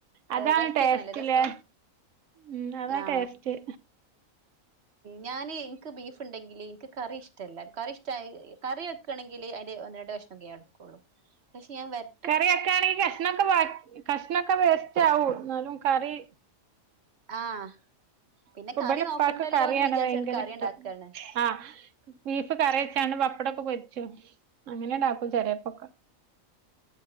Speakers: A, on the right (about 70°); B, on the right (about 50°).
A: അതാണ്
B: വെരട്ടിയേക്കണല്ലേ
A: ടേസ്റ്റ്ല്ലേ
B: രസം.
A: ഉം അതാ
B: ആഹ്
A: ടേസ്റ്റ്.
B: ഞാന് എനിക്ക് ബീഫ് ഉണ്ടെങ്കില് എനിക്ക് കറി ഇഷ്ടമല്ല. കറി ഇഷ്ട കറി വെക്കണമെങ്കില് അതില് ഒന്ന് രണ്ട് കഷണോക്കെ ഞാൻ എടുക്കുള്ളൂ പക്ഷെ ഞാൻ വെര
A: കറി വെക്കാ ആണെങ്കിൽ കഷ്ണൊക്കെ കഷ്ണൊക്കെ വേസ്റ്റ് ആവും. എന്നാലും കറി
B: ആഹ് പിന്നെ
A: ഇപ്പൊ
B: കറി
A: ഇബലെ ഇപ്പാക്ക്
B: നോക്കണ്ടല്ലോന്ന്
A: കറിയാണ്
B: വിചാരിച്ചിട്ട്
A: ഭയങ്കര
B: കറി
A: ഇഷ്ടം
B: ഉണ്ടാക്കണ്.
A: ആഹ് ബീഫ് കറി വെച്ചാണ്ട് പപ്പടൊക്കെ പൊരിച്ചു അങ്ങനെണ്ടാക്കും ചെലോപ്പം.